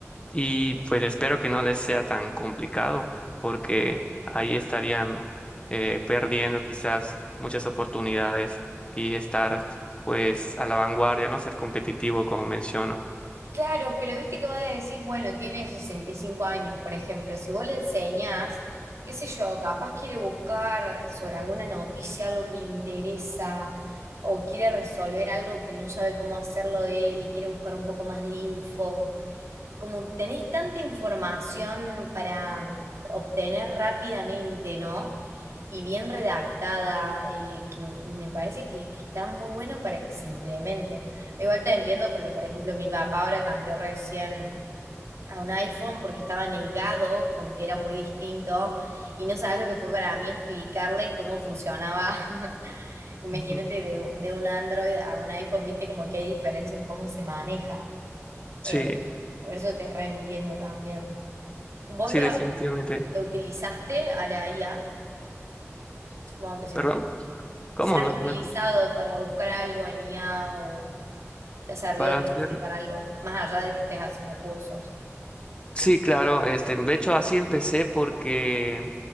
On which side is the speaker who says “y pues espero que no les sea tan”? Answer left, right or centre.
Left